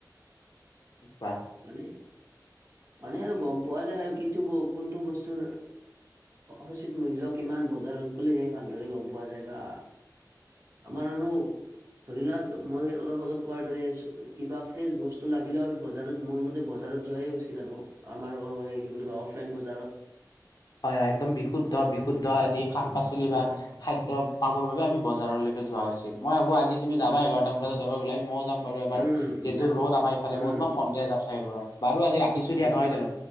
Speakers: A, on the left; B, on the right.
A: কোৱা?
B: মানে? মানে আৰু গম পোৱা যায় আৰু কিটো কোনটো বস্তুৰ সচিত মূল্য কিমান বজাৰত গ'লে সেই ভালদৰে গম পোৱা যায় বা আমাৰ আৰু ধৰি লোৱা মই অলপ আগত কোৱাৰ দৰে কিবা ফ্ৰেচ বস্তু লাগিলেও আমি বজ বজাৰত মোৰ মতে বজাৰত যোৱাই উচিত আৰু, আমাৰ অ', সি কি বুলি কয় অফলাইন বজাৰত।
A: হয় হয়, একদম বিশুদ্ধ বিশুদ্ধ আদি শাক পাচলি
B: হয়
A: বা
B: হয়
A: খাদ্য তোমাৰ বাবে আমি বজাৰলৈকে যোৱা উচিত। মই ভাবোঁ আজি তুমি যাবা
B: হয়
A: এঘাৰটা মান বজাত যাবা ওলাই। ময়ো যাম বাৰু এবাৰ,
B: উম
A: যিহেতু
B: যাম
A: ৰ'দ আমাৰফালে
B: উম
A: বহুত, মই সন্ধিয়া যাম চাগে ঘৰত। বাৰু আজি ৰাখিছো
B: হয়
A: দিয়া, নহয় জানো,